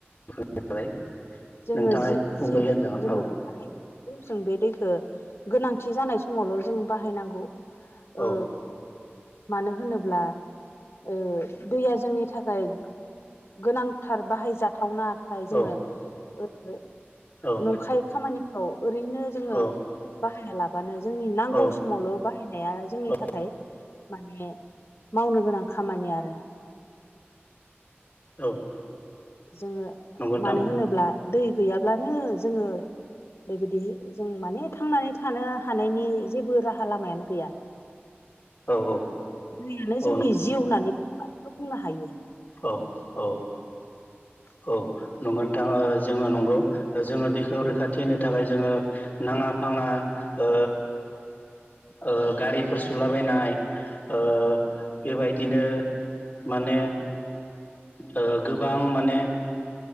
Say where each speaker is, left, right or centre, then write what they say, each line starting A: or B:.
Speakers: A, on the left; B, on the left.
A: <unintelligible>
B: जोङो
A: नोंथाङा
B: जि
A: ए सुंदै
B: जि दै
A: होनजागोन।
B: जोङो
A: औ
B: जों बे दैखो गोनांथि जानाय समावल' जों बाहायनांगौ। ओ
A: औ
B: मानो होनोब्ला ओ दैया जोंनि थाखाय गोनांथार बाहायजाथावना खाय जोङो
A: औ
B: ओ-ओ
A: औ
B: नंखाय खामानिफ्राव ओरैनो जोङो
A: औ
B: बाहायालाबानो जोंनि नांगौ
A: औ
B: समावल' बाहायनाया जोंनि
A: औ
B: थाखाय माने मावनो गोनां खामानि आरो
A: औ।
B: जोङो
A: नंगौ नोंथां
B: मानो होनोब्ला दै गैयाब्लानो जोङो बेबायदि जों माने थांनानै थानो हानायनि जेबो राहा लामायानो गैया
A: औ औ
B: दैयानो
A: औ
B: जोंनि जिउ होननानै बुंनो हायो।
A: औ-औ।
B: <inaudible>
A: औ नंगोनथाङ ओ जोङो नंगौ जोङो दैखौ रैखाथि होनो थाखाय जोङो नाङा आंना ओ ओ गारिफोर सुलाबायनाय ओ बेबायदिनो माने ओ गोबां माने